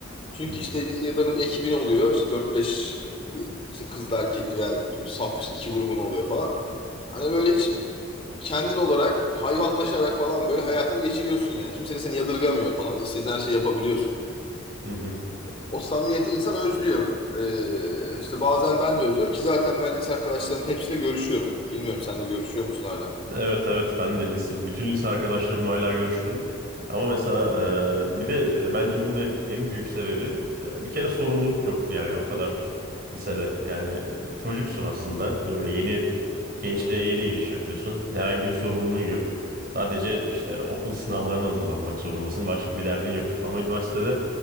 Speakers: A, on the left (about 25°); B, on the right (about 45°).
A: Çünkü
B: Hmm.
A: işte lise yıllarında bir ekibin oluyor. İşte dört beş bir- işte kızla erkekli veya saf işte iki grubun oluyor falan. Hani böyle hiç kendin olarak hayvanlaşarak falan böyle hayatını geçiriyorsun yani. Kimse de seni yadırgamıyor falan. İstediğin her şeyi yapabiliyorsun.
B: <laughs>
A: O samimiyeti insan özlüyor. Ee, işte bazen ben de özlüyorum ki zaten ben lise arkadaşlarımın hepsiyle görüşüyorum. Bilmiyorum sen de görüşüyor musun hala?
B: Evet evet ben de lise bütün lise arkadaşlarımla hala görüşürüm. Ama mesela e, bir de bence bunun en, en büyük sebebi e, bir kere sorumluluk yoktu yani o kadar lisede. Yani e, çocuksun aslında. Böyle yeni gençliğe
A: Hı hı.
B: yeni giriş yapıyorsun. Herhangi bir sorumluluğun yok. Sadece işte okul sınavlarına hazırlanmak zorundasın. Başka bir derdin yok. Ama üniversitede